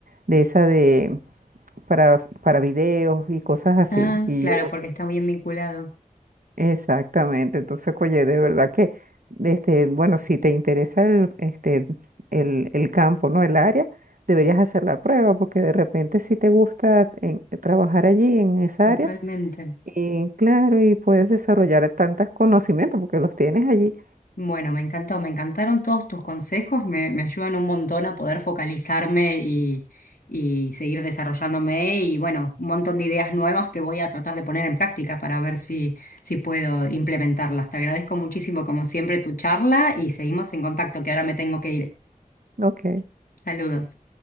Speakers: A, on the right; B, on the left.
A: de esa de para, para videos y cosas así.
B: Ah,
A: Y
B: claro,
A: yo,
B: porque está bien vinculado.
A: exactamente. Entonces, oye, de verdad que, este, bueno, si te interesa el, este, el, el campo, ¿no? El área, deberías hacer la prueba, porque de repente si te gusta en- trabajar allí en esa
B: Totalmente.
A: área, y claro, y puedes desarrollar tantos conocimientos porque los tienes allí.
B: Bueno, me encantó, me encantaron todos tus consejos, me, me ayudan un montón a poder focalizarme y, y seguir desarrollándome y bueno, un montón de ideas nuevas que voy a tratar de poner en práctica para ver si, si puedo implementarlas. Te agradezco muchísimo, como siempre, tu charla y seguimos en contacto, que ahora me tengo que ir.
A: Ok.
B: Saludos.